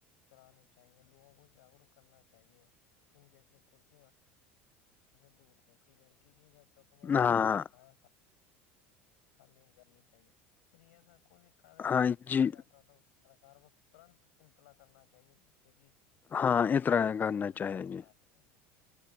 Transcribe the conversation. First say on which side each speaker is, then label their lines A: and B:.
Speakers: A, on the left; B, on the left.
A: چلانے چاہیے لوگوں کو جاگروک کرنا چاہیے انن جیسی کرتیوں اور اس سے دور کیوںکہ لڑکی کی جب تک
B: جان
A: عمر
B: ہاں
A: اٹھارہ سال ال نہیں ہو جانی چاہیے ایسا کوئی بھی کاریہ کررتا
B: ہاں
A: پایا
B: جی
A: جاتا تھا اس سرار کو ترنت انتلا کرنا چاہیے جس سے کہ سرکار
B: ہاں
A: اس
B: اطراع
A: پر ٹھوس
B: کرنا
A: سے ٹوس
B: چاہیے
A: قدم
B: جی
A: اٹھا سکے